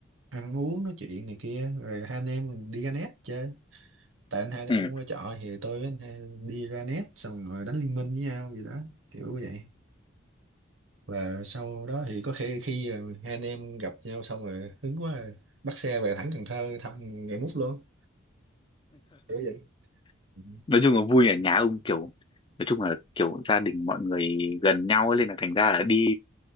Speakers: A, on the right; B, on the left.
A: ăn uống nói chuyện này kia rồi hai anh em đi ra net chơi tại anh hai tôi
B: ừ
A: cũng ở trọ thì tôi với anh hai đi ra net xong rồi đánh liên minh với nhau gì đó kiểu vậy là sau đó thì có khi khi ờ, hai anh em gặp nhau xong rồi hứng quá rồi, bắt xe về thẳng Cần Thơ thăm ngày mút luôn kiểu vậy ừ.
B: nói chung là vui ở nhà ông kiểu nói chung là kiểu gia đình mọi người gần nhau ấy, nên là thành ra là đi